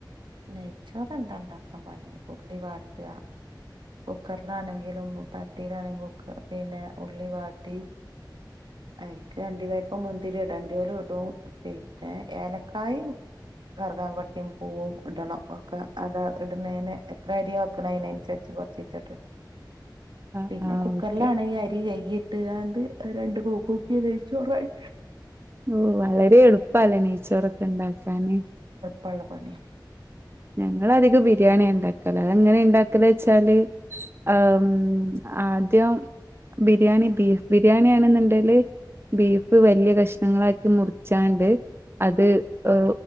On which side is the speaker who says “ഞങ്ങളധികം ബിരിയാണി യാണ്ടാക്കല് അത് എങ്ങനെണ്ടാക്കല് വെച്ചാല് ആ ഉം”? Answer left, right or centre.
Right